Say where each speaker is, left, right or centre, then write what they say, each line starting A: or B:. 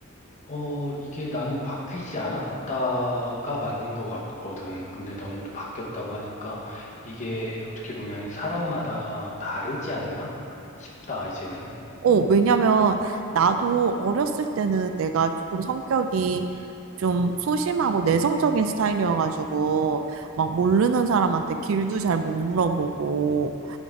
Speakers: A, on the left (about 35°); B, on the right (about 70°).
A: 어, 이게 나는 바뀌지 않았다가 맞는 것 같거든. 근데 넌 또 바뀌었다고 하니까, 이게 어떻게 보면 사람마다 다르지 않나? 싶다, 이제는.
B: 어, 왜냐면 나도 어렸을 때는 내가 조금 성격이 좀 소심하고 내성적인 스타일이어가지고 막 모르는 사람한테 길도 잘 못 물어보고